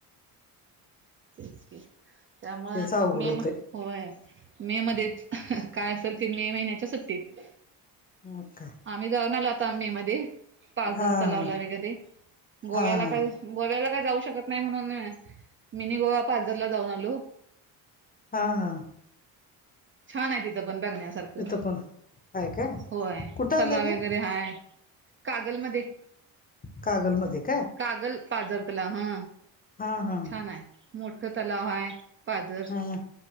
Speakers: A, on the right; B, on the left.
A: तेच क त्यामुळं
B: तेच अवघड
A: <unintelligible>
B: होतय
A: होय मे मध्येच काय असेल ते मे महिन्यात. सुट्टीत
B: मग काय
A: आम्ही जाऊन आलो आता मे मध्ये. पाजर
B: हा
A: तलावला
B: हा
A: वगैरे गोव्याला
B: हा हा
A: काय गोव्याला काय जाऊ शकत नाही म्हणून. मिनी गोवा आप आजारला जाऊन आलो.
B: हां हां
A: छान आहे तिथं पण बघण्यासारखं
B: तिथं पण काय काय
A: होय
B: कुठं आलं
A: तला वगैरे
B: हे
A: हाय कागलमध्ये
B: कागलमध्येध्ये
A: कागल पाजर तला हा
B: हा हा
A: छान आहे. मोठ तलाव हा पाझर
B: हा हा